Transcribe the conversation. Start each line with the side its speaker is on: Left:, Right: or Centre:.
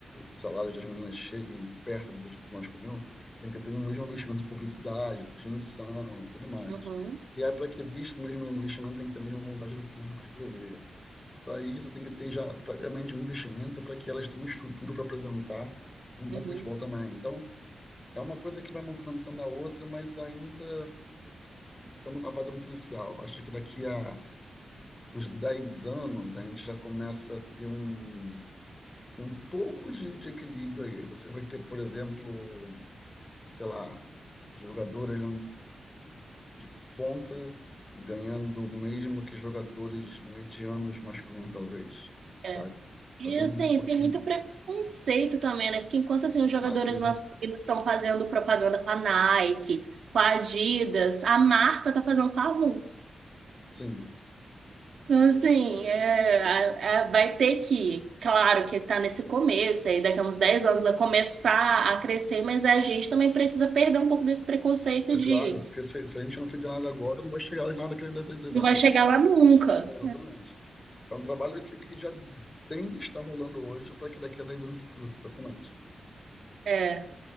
Left: de salários das meninas cheguem perto do, do masculino, tem que ter o mesmo investimento em publicidade, transmissão, tudo mais.
Right: uhum,
Left: E aí, para que exista o mesmo investimento, tem que ter a mesma vontade do público de escrever. Para isso, tem que ter já previamente um investimento para que elas tenham um estrutura para apresentar um bom
Right: uhum,
Left: futebol também. Então, é uma coisa que vai movimentando a outra, mas ainda estamos na fase muito inicial. Acho que daqui a uns 10 anos a gente já começa a ter um, um pouco de, de equilíbrio aí. Você vai ter, por exemplo, sei lá, jogadoras de ponta ganhando o mesmo que jogadores medianos masculinos, talvez,
Right: é.
Left: sabe?
Right: E
Left: Vai ter um
Right: assim,
Left: pouquinho.
Right: tem muito preconceito também, né? Porque enquanto assim, os jogadores
Left: Ah, sim,
Right: masculinos estão fazendo propaganda com a Nike, com a Adidas, a marca tá fazendo com a Avon.
Left: sim.
Right: Então, assim, é, a- a- vai ter que, claro que está nesse começo, aí daqui a uns 10 anos vai começar a crescer, mas a gente também precisa perder um pouco desse preconceito
Left: É
Right: de
Left: claro, porque se, se a gente não fizer nada agora, não vai chegar lá naquele daqui a dez
Right: não
Left: anos.
Right: vai chegar
Left: né?
Right: lá nunca.
Left: Exatamente. É um trabalho que, que já tem que estar rolando hoje para que daqui a 10 anos dê fruto, exatamente.
Right: É,